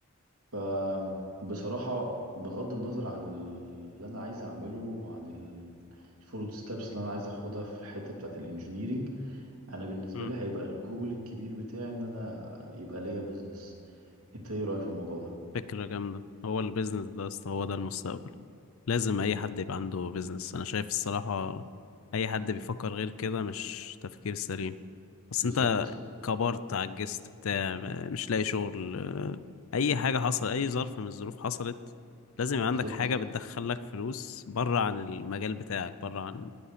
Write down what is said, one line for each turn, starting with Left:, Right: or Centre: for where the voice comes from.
Right: فبصراحة بغض النظر عن اللي انا عايز اعمله وعن ال- الفروض ستابس اللي انا عايز اخدها في الحتة بتاعة الانجينيرينج انا بالنسبة
Left: مم.
Right: لي هيبقى الجول الكبير بتاعي ان انا يبقى ليا بيزنس انت ايه رأيك في الموضوع ده
Left: فكره جامده هو البيزنس ده يا اسطى هو ده المستقبل لازم اي حد يبقى عنده بيزنس انا شايف الصراحه اي حد
Right: مم.
Left: بيفكر غير كده مش تفكير سليم بس
Right: بالظبط
Left: انت كبرت عجزت بتاع مش لاقي شغل آه، اي حاجه حصل اي ظرف من الظروف حصلت لازم يبقى
Right: بالظبط
Left: عندك حاجه بتدخلك فلوس بره عن المجال بتاعك بره عن